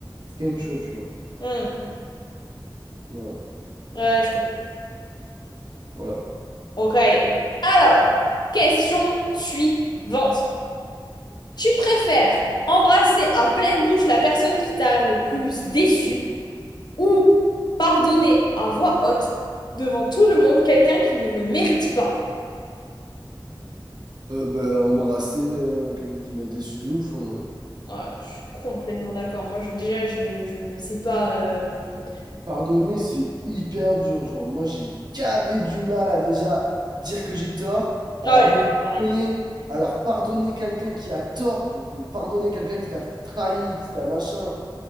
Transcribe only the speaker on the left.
Hmm.
Ouais, je comprends.
Ok. Alors, question suivante. Tu préfères embrasser à pleine bouche la personne qui t'a le plus déçu? ou pardonner à voix haute devant tout le monde quelqu'un qui ne le mérite pas.
Ouais, je suis complètement d'accord. Moi, je, déjà, je, je ne sais pas. euh,
Ah, ouais,
pareil.